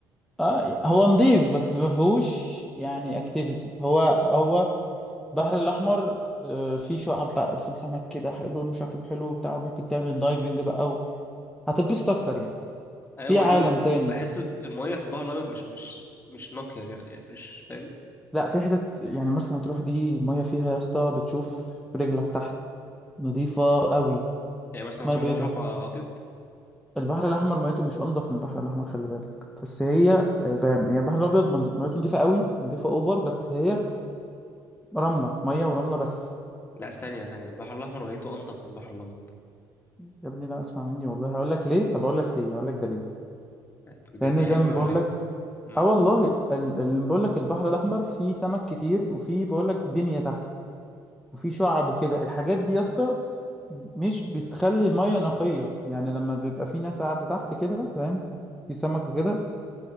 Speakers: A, in the centre; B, on the left.
A: آه هو نظيف بس ما فيهوش يعني اكتيفيتي هو هو البحر الاحمر آه، فيه شعاب بقى وفيه سمك كده ح- لونه شكله حلو بتاع ممكن تعمل دايفنج بقى او هتتبسط اكتر يعني
B: أيوة
A: في
B: وبعدين
A: عالم تاني
B: بحس المية في البحر الأبيض مش مش مش نقية كده يعني مش فاهم
A: لا في حتت يعني مرسى مطروح دي ميه فيها يا اسطى بتشوف رجلك تحت نظيفة قوي
B: يعني مثلا
A: ميه
B: تروح
A: بيضة
B: بحر أبقى أبيض
A: البحر الاحمر ميته مش انضف من البحر الاحمر خلي بالك بس هي آه، بقى- يعني البحر الابيض من- ميته نضيفه قوي نضيفه اوفر بس هي رمله ميه ورمله بس
B: لا ثانية ثانية البحر الأحمر ولايته أنضف من البحر الأبيض
A: يا ابني لا اسمع مني والله هقول لك ليه طب اقول لك ليه هقول لك دليل
B: يعني أنتوا ده
A: لان
B: دي
A: زي
B: علمي
A: ما
B: ولا
A: بقول
B: إيه؟
A: لك
B: مم.
A: اه والله اللي بقول لك البحر الاحمر فيه سمك كتير وفيه بقول لك دنيا تحت وفيه شعب وكده الحاجات دي يا اسطى مش بتخلي الميه نقيه يعني لما بيبقى في ناس قاعده تحت كده فاهم في سمك وكده